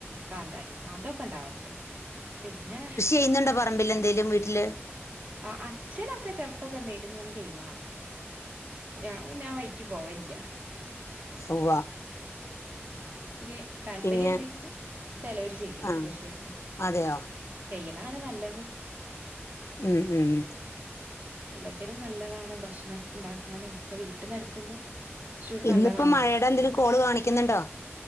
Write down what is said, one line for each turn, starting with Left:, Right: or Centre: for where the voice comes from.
Right: കാന്താരി ആതൊക്കെ ഒണ്ടാവല്ണ്ട് പിന്നേ
Left: ചെയ്ന്നൊണ്ടോ പറമ്പിൽ എന്തേലും വീട്ടില്
Right: ആഹ് അച്ഛനൊക്കെ ചെലപ്പൊക്കെ എന്തെങ്കിലും ഇങ്ങനെ ചെയ്യുന്ന കാണാ ഞാൻ പിന്നാ വഴിക്ക് പോവല്ലാ
Left: സൊവ്വാ
Right: ഇരീ താല്പര്യം
Left: പിന്നെ
Right: ഇണ്ടെങ്കില് ചെലവര് ചെയ്യും
Left: ആ
Right: കൃഷിയൊക്കെ
Left: അതെയോ
Right: ചെയ്യണാണ് നല്ലത്
Left: ഉം ഉം
Right: എല്ലാത്തിനും നല്ലതാണ് ഭക്ഷണ ഇണ്ടാക്കാനും ഒക്കെ വീട്ടിന്ന് എടുക്കുമ്പം ഇച്ചൂടി
Left: ഇന്നിപ്പോ
Right: നല്ലതാണല്ലോ
Left: മഴയുടെ എന്തെങ്കിലും കോള് കാണിക്ക്‌ന്ന്ണ്ടോ